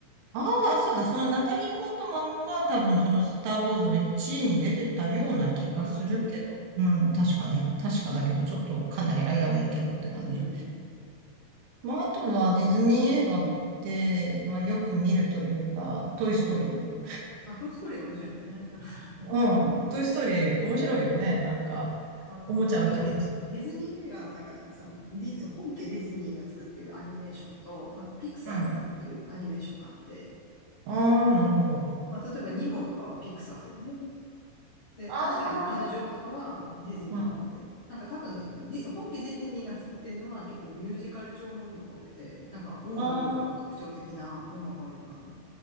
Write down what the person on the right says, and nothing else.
ああ、そうだ。そのナタリー・ポートマンが多分そのスター・ウォーズの1位に出てたような気がするけど。
うん、確かね。確かだけど、ちょっとかなり危ういけどって感じ。
まあ、あとはディズニー映画って、まあ、よく見るというか、トイ・ストーリー。
うん、トイ・ストーリー面白いよね。なんか、
おもちゃの気持ち。
うん。ああ、なるほど。
あ
うん。あ
あ、